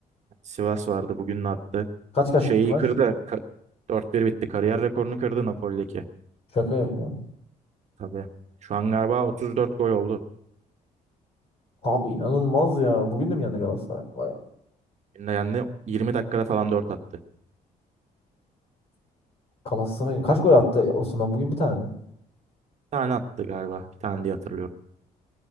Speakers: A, on the right; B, on the left.
A: Sivas vardı bugün de attı.
B: Kaç kaç
A: Şeyi
B: bitti maç?
A: kırdı. Ka- 4-1 bitti. Kariyer rekorunu kırdı Napoli'deki.
B: Şaka yapıyorum.
A: Tabii. Şu an galiba 34 gol oldu.
B: Abi inanılmaz ya. Bugün de mi yendi Galatasaray? Vay,
A: Bugün de yendi. 20 dakikada falan 4 attı.
B: Galatasaray kaç gol attı Osman bugün bir tane mi?
A: Bir tane attı galiba. Bir tane diye hatırlıyorum.